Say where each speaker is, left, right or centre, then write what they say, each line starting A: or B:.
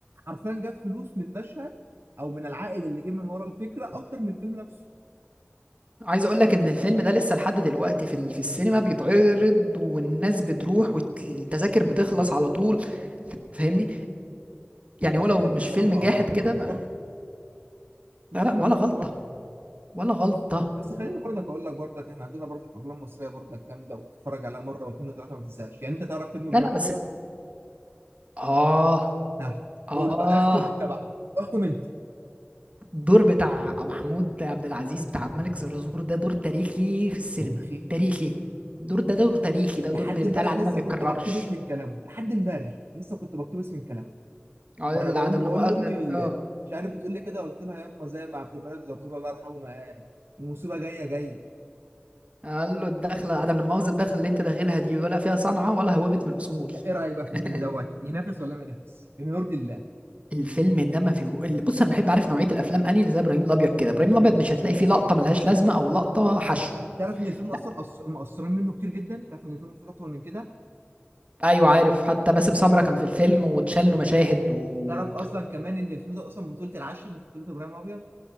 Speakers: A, on the right; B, on the right.
A: حرفيا جاب فلوس من المشهد او من العائد اللي جه من ورا الفكره اكتر من الفيلم نفسه
B: عايز اقول لك ان الفيلم ده لسه لحد دلوقتي في ال- في السينما بيتعرض والناس بتروح والتذاكر بتخلص على طول فاهمني يعني
A: لا
B: هو لو
A: الفيلم
B: مش
A: بصراحه
B: فيلم جاحد
A: الفيلم
B: كده
A: ما فيهوش
B: ما...
A: غلط الفيلم
B: لا لا ولا
A: ما فيهوش
B: غلطة
A: غلط
B: ولا غلطة
A: بس خليني برضك اقول لك برضك احنا عندنا برضك افلام مصريه برضك جامده وتتفرج عليها مره واثنين وثلاثه ما تنساش يعني انت تعرف فيلم ابراهيم
B: لا لا بس
A: الابيض
B: اه
A: ها
B: اه
A: قول بقى احكم انت بقى احكم انت
B: الدور بتاع محمود عبد العزيز بتاع عبد الملك زرزور ده دور تاريخي في السينما
A: تاريخي
B: تاريخي الدور ده دور تاريخي ده
A: لحد
B: دور من اللي
A: امبارح
B: بيتقال عليه
A: لسه
B: ما بيتكررش
A: كنت بقتبس من كلامه لحد امبارح لسه كنت بقتبس من كلامه
B: اه
A: وانا
B: العدم
A: بقول بقول
B: لا مؤاخذة
A: لامي
B: ده
A: مش عارف بتقول لي كده قلت لها ياما زي ما عبد الملك زرزور الله يرحمه ما قال المصيبه جايه جايه
B: قال له الدخله عدم لما مؤاخذه الدخله اللي انت داخلها دي ولا فيها صنعه ولا هوبت من الاصول
A: ايه رايك بقى
B: <laughs>
A: في الفيلم دوت ينافس ولا ما ينافسش بما يرضي الله
B: الفيلم ده ما فيه ال- بص انا بحب عارف نوعيه الافلام اني اللي زي ابراهيم الابيض كده ابراهيم الابيض مش هتلاقي فيه لقطه ملهاش لازمه او لقطه حشو
A: تعرف ان الفيلم
B: لا
A: اصلا أص- مقصرين منه كتير جدا تعرف ان الفيلم المفروض اطول من كده
B: ايوه عارف حتى باسم سمره كان في الفيلم واتشال له مشاهد و
A: وبتعرف اصلا كمان ان الفيلم ده اصلا بطولة العشر مش بطولة ابراهيم الابيض